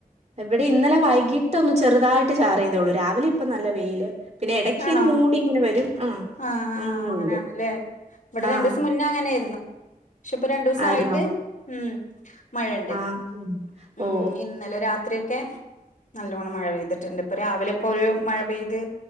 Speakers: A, on the right; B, on the left.
A: ഇവിടെ ഇന്നലെ വൈകിട്ട് ഒന്ന് ചെറുതായിട്ട് ചാറിയ തേഒള്ളൂ, രാവിലെ ഇപ്പൊ നല്ല വെയില് പിന്നെ എടയ്ക്കങ്ങനെ
B: ആണോ
A: മൂടി ങ്ങനെ വരും ആ
B: ആഹ് ആഹ്
A: അങ്ങനെ
B: അങ്ങനെയാണല്ലേ?
A: ഉള്ളു
B: ഇവിടെ
A: ആഹ്
B: രണ്ടൂസം മുന്നേ അങ്ങനെയിരുന്നു ക്ഷെ ഇപ്പൊ രണ്ടൂസായിട്ട്
A: ആയിരുന്നോ
B: ഉം മഴണ്ട്.
A: ആഹ്
B: ഉം
A: ഓ ഓ
B: ഇന്നലെ രാത്രിയ ക്കെ നല്ലോണം മഴ പെയ്തിട്ടുണ്ട്. ഇപ്പൊ രാവിലെ ഇപ്പോ ഒരു മഴ പെയ്ത്